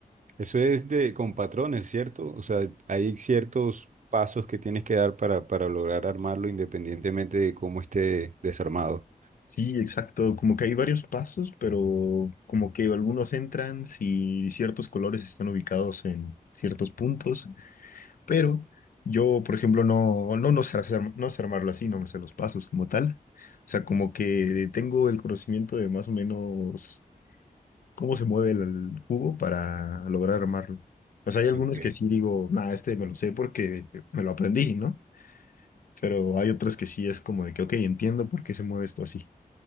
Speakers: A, on the right; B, on the left.
A: Eso es de con patrones, ¿cierto? O sea, hay ciertos pasos que tienes que dar para, para lograr armarlo independientemente de cómo esté desarmado.
B: Sí, exacto. Como que hay varios pasos, pero como que algunos entran si ciertos colores están ubicados en ciertos puntos. Pero yo, por ejemplo, no, no, no sé hacer, no sé armarlo así, no me sé los pasos como tal. O sea, como que tengo el conocimiento de más o menos cómo se mueve el, el cubo para lograr armarlo. O sea, hay algunos
A: Ok.
B: que sí digo, nada, este me lo sé porque me lo aprendí, ¿no? Pero hay otros que sí es como de que, ok, entiendo por qué se mueve esto así.